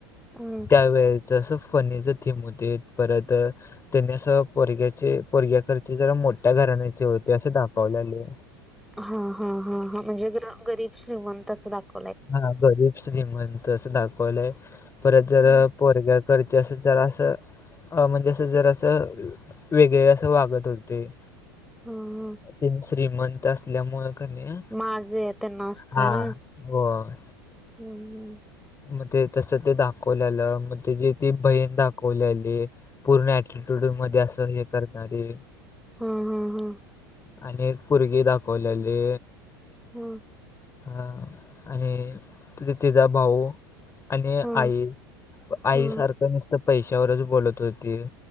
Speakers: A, in the centre; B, on the left (about 20°).
A: हम.
B: त्यावेळच अस फनीच थीम होतीत. परत त्यांनी अस पोरग्याची पोरग्याकडची जरा मोठ्या घराण्याचे होतीत असे दाखवलेल.
A: हा हा हा हा म्हणजे गरीब श्रीमंत अस दाखव
B: हा. गरीब, श्रीमंत असं दाखवलंय. परत जर
A: हं
B: पोरग्या कडची असं जरासं अ म्हणजे असं जरा असं वेगळे असं वागत होतीत.
A: ह ह
B: त्यांनी श्रीमंत असल्यामुळे क नई
A: माझे त्यांना असतोय
B: हा.
A: ना
B: होय.
A: हं हं
B: मग ते तसं ते दाखवलेल. मग त्याची ती बहीण दाखवलेली. पूर्ण एटीट्यूडट मध्ये असं हे करणारी
A: हम्म हम्म हम.
B: आणि एक पोरगी दाखवलेली.
A: हम.
B: हा. आणि ती तिचा भाऊ. आणि
A: हा
B: आई आई
A: हा
B: सारखं नुसत पैशावरच बोलत होती.